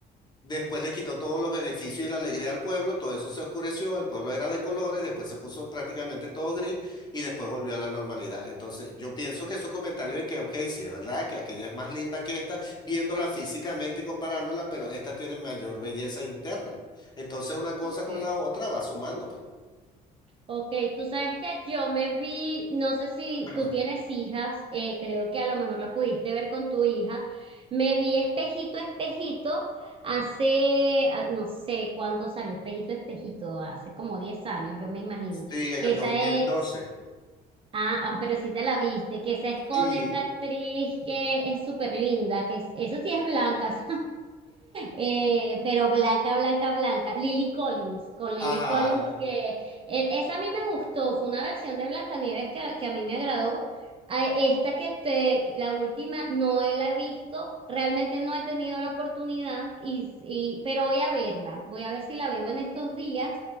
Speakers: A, on the left (about 25°); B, on the right (about 35°).
A: después le quitó todos los beneficios y la alegría al pueblo, todo eso se oscureció, el pueblo era de colores, después se puso prácticamente todo gris y después volvió a la normalidad. Entonces, yo pienso que esos comentarios de que, ok, sí, es verdad que aquella es más linda que esta, viéndola físicamente y comparándola, pero esta tiene mayor belleza interna. Entonces, una cosa
B: Ok.
A: con la otra va sumando, pues.
B: Ok, tú sabes que yo me vi, no sé si
A: <clears throat>
B: tú tienes hijas, eh, creo que a lo mejor la pudiste ver con tu hija, me vi espejito, espejito, hace, ah, no sé cuándo salió espejito, espejito, hace como 10 años, yo me imagino,
A: Sí, en
B: que
A: el
B: esa
A: dos mil
B: es,
A: doce.
B: ah, ah, pero sí te la viste, que esa es con
A: Sí,
B: esta actriz que es súper linda, que es- eso sí es blanca, eh, pero blanca, blanca, blanca. Lily Collins, con Lily
A: ajá,
B: Collins, que eh, esa a mí me gustó, fue una versión de Blancanieves que, que a mí me agradó. A Esta que te, la última, no la he visto, realmente no he tenido la oportunidad, y, y- pero voy a verla, voy a ver si la veo en estos días